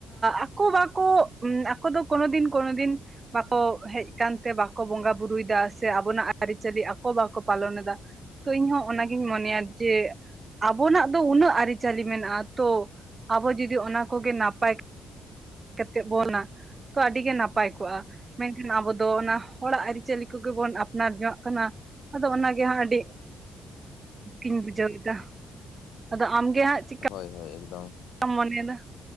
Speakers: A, on the right (about 30°); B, on the left (about 80°).
A: ᱟᱠᱚ ᱵᱟᱠᱚ ᱟᱠᱚ ᱫᱚ ᱠᱳᱱᱳ ᱫᱤᱱ ᱠᱳᱱᱳ ᱫᱤᱱ ᱵᱟᱠᱚ ᱦᱮᱡ ᱟᱠᱟᱱ ᱛᱮ ᱵᱟᱠᱚ ᱵᱚᱸᱜᱟ ᱵᱩᱨᱩᱭᱮᱫᱟ ᱥᱮ ᱟᱵᱚᱱᱟᱜ ᱟᱹᱨᱤᱪᱟᱹᱞᱤ ᱟᱠᱚ ᱵᱟᱠᱚ ᱯᱟᱞᱚᱱ ᱮᱫᱟ ᱾ ᱛᱚ ᱤᱧᱦᱚᱸ ᱚᱱᱟᱜᱤᱧ ᱢᱚᱱᱮᱭᱟ ᱡᱮ ᱟᱵᱚᱱᱟᱜ ᱫᱚ ᱩᱱᱟᱹᱜ ᱟᱹᱨᱤᱪᱟᱹᱞᱤ ᱢᱮᱱᱟᱜ-ᱟ ᱛᱚ ᱟᱵᱚ ᱡᱩᱫᱤ ᱚᱱᱟ ᱠᱚᱜᱮ ᱱᱟᱯᱟᱭ ᱠᱟᱛᱮᱫ ᱵᱚᱱ ᱛᱚ ᱟᱹᱰᱤᱜᱮ ᱱᱟᱯᱟᱭ ᱠᱚᱜ-ᱟ ᱢᱮᱱᱠᱷᱟᱱ ᱟᱵᱚ ᱫᱚ ᱚᱱᱟ ᱦᱚᱲᱟᱜ ᱟᱹᱨᱤᱪᱟᱹᱞᱤ ᱠᱚᱜᱮ ᱵᱚᱱ ᱟᱯᱱᱟᱨ ᱡᱚᱝ-ᱟᱜ ᱠᱟᱱᱟ ᱟᱫᱚ ᱚᱱᱟ ᱜᱮ ᱦᱟᱸᱜ ᱟᱹᱰᱤ ᱤᱧ ᱵᱩᱡᱷᱟᱹᱣ ᱮᱫᱟ ᱾ <inaudible> ᱟᱫᱚ ᱟᱢᱜᱮ ᱦᱟᱸᱜ ᱪᱤᱜᱠᱟ
B: ᱦᱳᱭ ᱦᱳᱭ ᱮᱠᱫᱚᱢ ᱾
A: ᱠᱟᱢ ᱢᱚᱱᱮᱭ ᱮᱫᱟ?